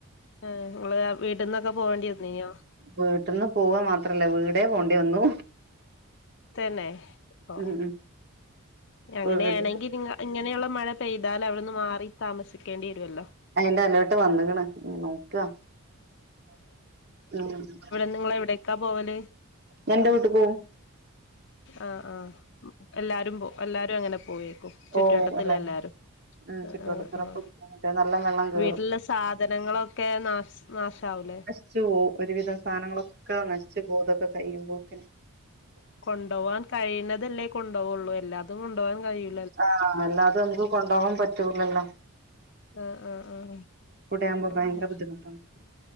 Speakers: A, on the left; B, on the right.
A: ആ ഇങ്ങള് വീട്ട്ന്നൊക്കെ പോകേണ്ടി വന്നീനോ.
B: വീട്ട്ന്ന് പോവാ മാത്രല്ല. വീടെ പോണ്ടി വന്നു.
A: തന്നെ ഓ.
B: ഉം ഉം
A: അങ്ങനേണെങ്കി
B: വീട്
A: പിന്നെ ഇങ്ങനെയുള്ള മഴ പെയ്താല് അവിട്ന്ന് മാറി താമസിക്കേണ്ട്യേര്വല്ലൊ.
B: അയിന്റെ അലോട്ട് വന്ന്ക്ണ് ഇനി നോക്ക <unintelligible>
A: നിങ്ങള് എവിടേക്കാ പോവല്
B: ഞാൻ ഇന്റെ വീട്ട്ക്ക് പോവും.
A: ആഹ് ആഹ്. എല്ലാരും പോ എല്ലാരും അങ്ങനെ പോവേക്കും
B: പോവും
A: ചുറ്റുവട്ടത്തില്ലെല്ലാരും.
B: അല്ലെ ഉം
A: ആഹ്
B: ചുറ്റുവട്ടത്തിനൊക്കെ
A: ആഹ്
B: മറ്റേ നല്ല വെള്ളം കേറും
A: വീട്ടില്ള്ള സാധനങ്ങളൊക്കെ നാശ് നാശാവുലെ.
B: ച്ചു പോവും. ഒരു വിധം സാനങ്ങളൊക്കെ നശിച്ച് പോവും. ഇതൊക്കെ കയ്യുമ്പോക്കിന്
A: കൊണ്ടോവാൻ കഴിയുന്നതല്ലേ കൊണ്ടോവൊള്ളു. എല്ലാതും കൊണ്ടോവാൻ കഴിയ
B: ആഹ് അല്ലാതെ എന്തും കൊണ്ടോവാൻ പറ്റൂലല്ലൊ.
A: ആഹ് ആഹ് ആഹ്
B: കുടെ ആവുമ്പോ ഭയങ്കര
A: ആഹ്
B: ബുദ്ധിമുട്ടാണ്.